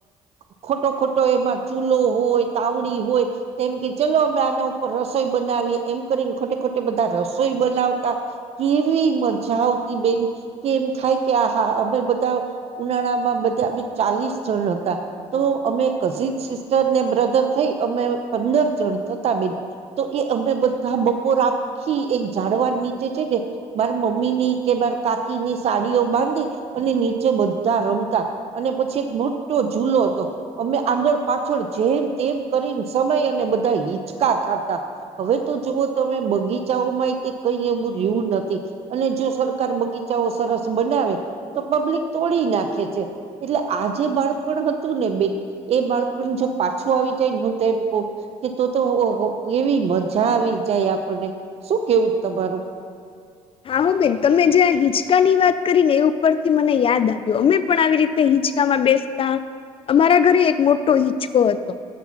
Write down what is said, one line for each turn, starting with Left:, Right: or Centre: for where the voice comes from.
Right: ખોટો ખોટો એમાં ચૂલો હોય તાવડી હોય મ કે ચલો અમે આના ઉપર રસોઈ બનાવીએ એમ કરીને ખોટે ખોટે બધા રસોઈ બનાવતા કેવી મજા આવતી બેન કેમ થાય કે આ હા અમે બધા ઉનાળામાં બધા બે ચાલીસ જણ હતા તો અમે કઝિન સિસ્ટર ને બ્રધર થઈ અમે પંદર જણ થતા બેન તો એ અમે બધા બપોર રાખી એક જાઝડવા નીચે છે ને મારા મમ્મી ની કે કાકી ની સાડીઓ બાંધી અને નીચે બધ રમતા અને પછી એક મોટો ૂલો હતો અમે આંધળ પાછળ જેમ તેમ કરી સમય અને બધા હિચકા ખાતા હવે તો જુઓ તમે બગીચાઓમાં કઈ રું નથી અને જો સરકાર બગીચાઓ સરસ બનાવે તો પબ્લિકડી નાખે છે એટલે આ જે બાળપણ હતું ને બે એ બાળપણ જો પાછું આવી જાય હું તો એમ કહ કે તો તો કેવી મજા આવી જાય આપણને શું કેવું બારું
Left: હા હો બેન તમે જ્યાં હિંચકા ની વાત કરી ને એ ઉપર થી મને યાદ આવ્યું અમે પણ આવી રીતે હિંચકામાં બે અમારા ઘરે એક મોટો હિચકો હતો